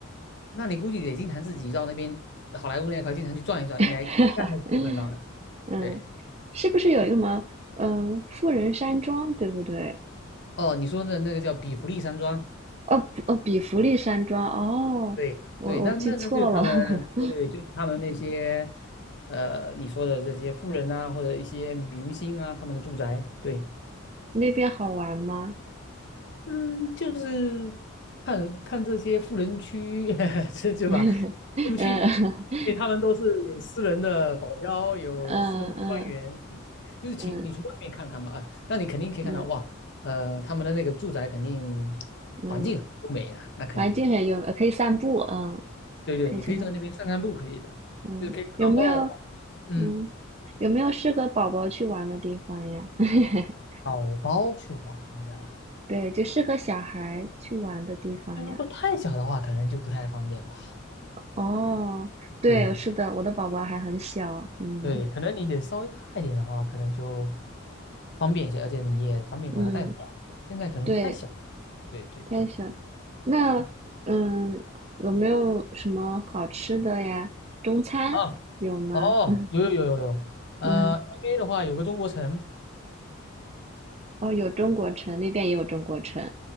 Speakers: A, on the left; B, on the right.
A: 那你估计得经常自己到那边好莱坞那块经常去转一转，应该应该还是会看到的。
B: <laughs> 嗯，
A: 对，
B: 是不是有一个什么，嗯、富人山庄，对不对？
A: 哦，你说的那个叫比弗利山庄。
B: 哦，不哦，比弗利山庄，哦，
A: 对对，
B: 我我记错了，
A: 那那那就是他们，
B: <laughs>
A: 对对，就是他们那些，呃，你说的这些富人啊，或者一些明星啊，他们的住宅。对。
B: 那边好玩吗？
A: 嗯，就是看看这些富人区，<laughs> 是是吧？
B: <laughs> 嗯嗯
A: 进不去，因为他们都是有私人的保镖，有私人官员，
B: 嗯
A: 你就是请你从外面看看吧啊，
B: 嗯
A: 那你肯定可以看到哇，
B: 嗯
A: 呃，他们的那个住宅肯定
B: 嗯，
A: 环境很优美啊，那肯定的，
B: 环境很优，可以散步，嗯，
A: 对对，
B: 可以去那，
A: 你可以在那边散散步，可以的，
B: 嗯，
A: 就可以看到哦，
B: 有没有，
A: 嗯，
B: 嗯，有没有适合宝宝去玩的地方呀？<laughs>
A: 宝宝去玩的，
B: 对，就适合小孩去玩的地方呀。
A: 那如果太小的话，可能就不太方便吧。
B: 哦，对，
A: 对，
B: 是的，我的宝宝还很小，嗯
A: 对，可能你得稍微大一点的话，可能就方便一些，而且你也方便把它带回来。
B: 嗯，
A: 现在可能太小。
B: 对，
A: 对对对，
B: 太小。那嗯，
A: 嗯
B: 有没有什么好吃的呀？中餐有吗？
A: 啊哦，
B: <laughs>
A: 有有有有有，呃，LA
B: 嗯，
A: 的话有个中国城
B: 哦，有中国城，那边也有中国城。